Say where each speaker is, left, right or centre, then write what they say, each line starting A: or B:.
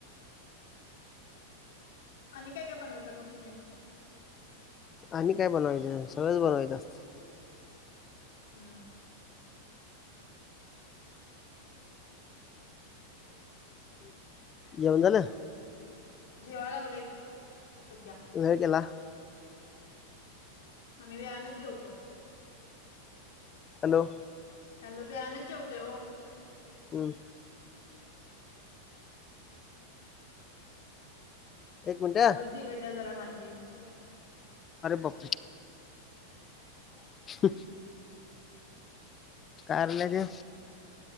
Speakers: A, on the left; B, on the left.
A: आणि काय काय बनवतं मग तुम्ही?
B: आणि काय बनवायचं सगळंच बनवायचं असतय.
A: हम्म!
B: जेऊण झालं?
A: जेवायला लागलोय सध्या!
B: वेळ केेला?
A: आम्ही वेळानंच जेवतो.
B: हॅलो!
A: हॅलो वेळानं जेवतोय ओ.
B: हम्म! एक मिनट अरे
A: तब्येत बिघडलीया जरा माझी.
B: अरे बापरे! <unintelligible> कारल घ्या.